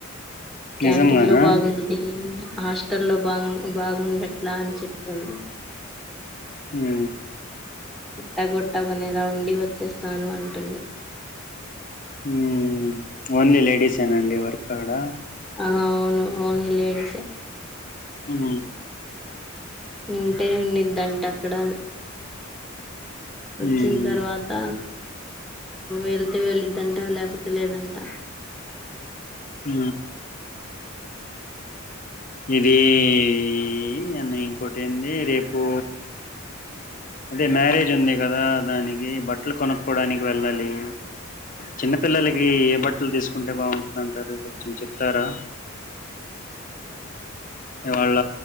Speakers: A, in the centre; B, on the left (about 40°).
A: క్యాంటీన్
B: నిజంగానా
A: లో బాగుంది హాస్టల్లో బంగ్ బాగుండట్లా అని చెప్తుంది
B: హూ
A: గుట్ట గుట్ట ఒక నెల ఉండి వచ్చేస్తాను అంటుంది
B: ఉమ్ ఓన్లీ లేడీసేనా అండి వర్క్ అక్కడ
A: అ అవును ఓన్లీ లేడీసే
B: హ్మ్
A: ఉంటే ఉన్నిద్దట్ట అక్కడ వచ్చిన
B: ఉమ్
A: తర్వాత వెళ్తే వెళ్ళద్దంట లేకపోతే లేదంట
B: ఆ ఇదిన్న ఇంకోటి ఏడి రేపు అదే మ్యారేజ్ ఉంది ఉంది కదా దానికి బట్టలు కొనుక్కోడానికి వెళ్ళాలి చిన్నపిల్లలకి ఏ బట్టలు తీసుకుంటే బాగుంటుంది అంటారు కొంచెం చెప్తారా ఇవాళ్ళ